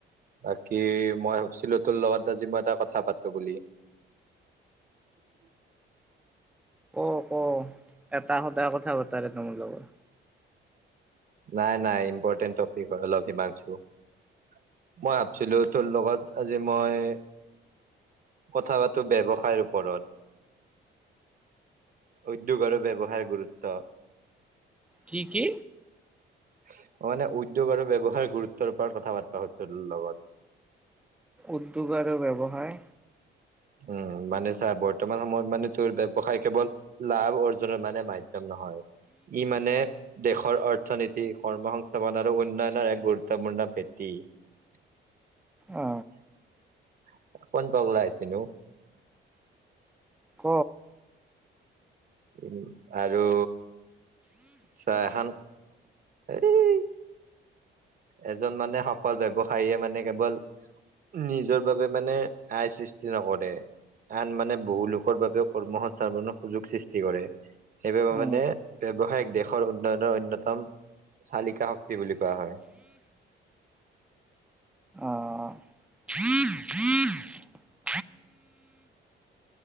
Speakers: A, on the right; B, in the centre.
A: বাকী মই ভাবিছিলো তোৰ লগত আজি মই এটা কথা পাতো বুলি- <unintelligible>
B: ক ক এটা সদায় কথা পতাল তোমাৰ লগত
A: নাই নাই ইম্পৰ্টেণ্ট টপিক হয় অলপ মই ভাবছিলো তোৰ লগত আজি মই- কথা পাতো ব্যৱসায়ৰ ওপৰত- উদ্যোগ আৰু ব্যৱহাৰ গুৰুত্ব।
B: কি কি?
A: <unintelligible> মানে উদ্যোগ আৰু ব্যৱহাৰ গুৰুত্বৰ ওপৰত কথা বাৰ্তা লগত-
B: উদ্যোগ আৰু ব্যৱসায়।
A: উম মানে চাৰ বৰ্তমান সময়ত মানে তোৰ ব্যৱসায় কেৱল লাভ অৰ্জন মানে মাধ্যম নহয়। ই মানে দেশৰ অৰ্থনীতি কৰ্মসস্থাপন আৰু উন্নয়নৰ এক গুৰুত্বপূৰ্ণ ভেটি। <unintelligible>
B: অ
A: কণ পগলা ওলাই আহিছিল নো
B: ক
A: উম আৰু চাহ এখন- এই- এজন মানে সফল ব্যৱসায় মানে কেৱল নিজৰ বাবে মানে- আয় সৃষ্টি নকৰে আন মানে বহু লোকৰ বাবেও কৰ্মসস্থানৰ সুযোগ সৃষ্টি কৰে। সেইবাবে
B: উম
A: মানে ব্যৱসায় দেশৰ উন্নয়নৰ অন্যতম চালিকা বুলি কোৱা হয়।
B: আহ